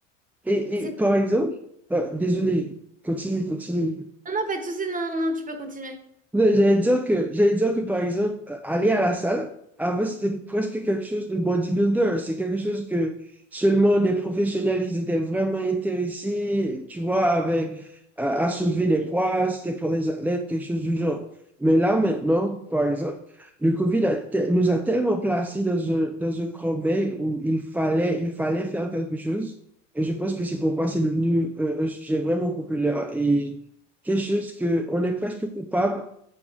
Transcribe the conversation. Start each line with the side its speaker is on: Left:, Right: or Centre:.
Centre: Et,
Right: C'est...
Centre: et par exemple, euh, désolé, continue, continue.
Right: Non, non, pas de souci, non, non, tu peux continuer.
Centre: Non, J'allais dire que, j'allais dire que, par exemple, euh, aller à la salle, avant, c'était presque quelque chose de bodybuilder. C'est quelque chose que seulement des professionnels, ils étaient vraiment intéressés, tu vois, avec, euh, à soulever des poids, c'était pour les athlètes, quelque chose du genre. Mais là, maintenant, par exemple, le COVID a te- nous a tellement placés dans un, dans un creux où il fallait, il fallait faire quelque chose. Et je pense que c'est pourquoi c'est devenu un un sujet vraiment populaire et quelque chose que on est presque coupable